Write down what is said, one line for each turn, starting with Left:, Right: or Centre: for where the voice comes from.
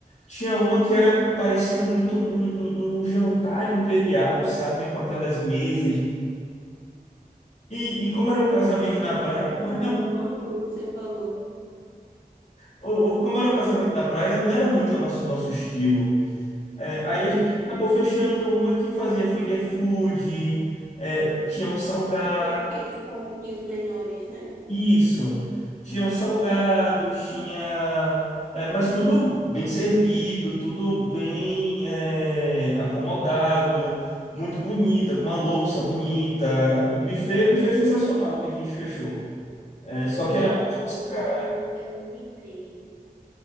Left: Tinha uma que era parecia muito um, um- um um jantar imperial, sabe? Com aquelas mesas de e, e como era um casamento na praia,
Right: Engraçada
Left: não era,
Right: a forma como você falou.
Left: ou- ou como era um casamento na praia, não era muito o nosso, nosso estilo. É, aí
Right: Entendi.
Left: a gente acabou fechando uma que fazia finger food, é, tinha um salgado.
Right: E é aqueles saquinhos menores, né?
Left: Isso. Tinham salgados, tinha. é, mas tudo bem servido, tudo bem é, acomodado, muito bonita, com uma louça bonita. O buffet, o buffet sensacional que a gente fechou. É, só que
Right: Marcos,
Left: era mais
Right: teve
Left: nossa cara.
Right: um que eu experimentei